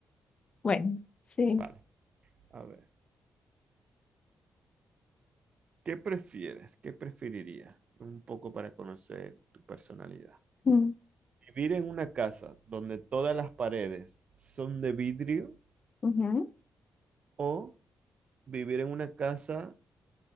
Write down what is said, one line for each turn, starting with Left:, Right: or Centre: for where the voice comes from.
Left: Bueno, sí.
Right: Vale, a ver. ¿Qué prefieres? ¿Qué preferirías? Un poco para conocer tu personalidad.
Left: Mm,
Right: ¿Vivir en una casa donde todas las paredes son de vidrio
Left: ujú.
Right: o vivir en una casa